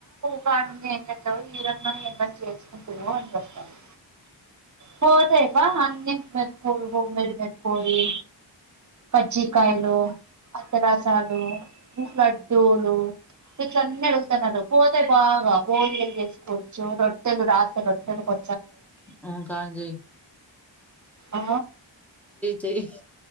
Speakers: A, on the right; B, in the centre.
A: వాడుండి ఎం చెత్తవ్ ఈ రంగం ఎంచేసుకుంటుో అని చెప్పారు పోదయ బ అన్ని పెద్ద బమ్డమ పోయి కజ్జికయలు అత్తరసాలు లడ్డూలు ఇట్లన్నీ అడుగుతన్నారు పోతే బాగా బోందిలు చేసుకోవచ్చు రొట్టెలు రాత రొట్టెలు కొ
B: ఉం కాజీ
A: ఆ
B: చెయ్